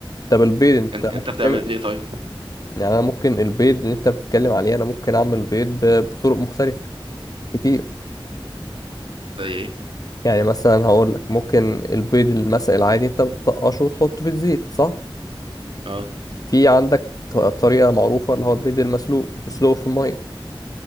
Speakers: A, on the left; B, on the right.
A: طب البيض انت
B: أن- انت
A: ممكن
B: بتعمل
A: تعمل
B: ايه طيب
A: يعني انا ممكن البيض اللي انت بتتكلم عليه انا ممكن اعمل بيض ب- بطرق مختلفة كتير
B: زي ايه
A: يعني مثلا هقول لك ممكن البيض المسلق العادي انت بتطقشه وتحطه في الزيت صح
B: اه
A: في عندك ط- طريقة معروفة اللي هو البيض المسلوق بتسلقه في المية